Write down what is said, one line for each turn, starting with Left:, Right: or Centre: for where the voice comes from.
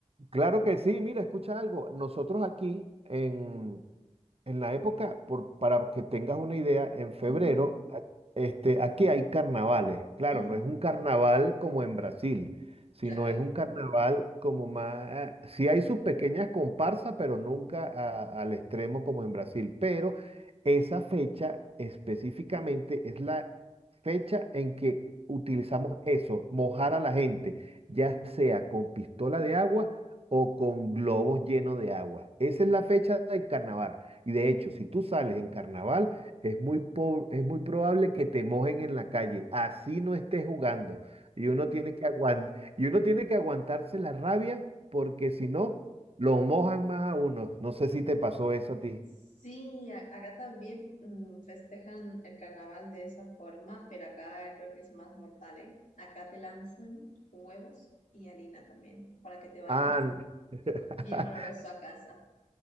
Right: Claro que sí, mira, escucha algo. Nosotros aquí en, en la época, por, para que tengas una idea, en febrero,
Left: Ujú,
Right: a- este, aquí hay carnavales. Claro,
Left: ujú,
Right: no es un carnaval como en Brasil, sino
Left: claro.
Right: es un carnaval como más... ah, Sí hay sus pequeñas comparsas, pero nunca a- al extremo como en Brasil. Pero esa fecha específicamente es la fecha en que utilizamos eso, mojar a la gente, ya sea con pistola de agua o con globos llenos de agua. Esa es la fecha del carnaval. Y de hecho, si tú sales en carnaval, es muy, po- es muy probable que te mojen en la calle, así no estés jugando. Y uno tiene que aguant- y uno tiene que aguantarse la rabia porque si no, lo mojan más a uno. No sé si te pasó eso a ti.
Left: Sí, a- acá también mm, festejan el carnaval de esa forma, pero acá creo que es más mortal, ¿eh? Acá te lanzan huevos y harina también, para que te vayas
Right: Ah, <laughs>
Left: bien oloroso a casa.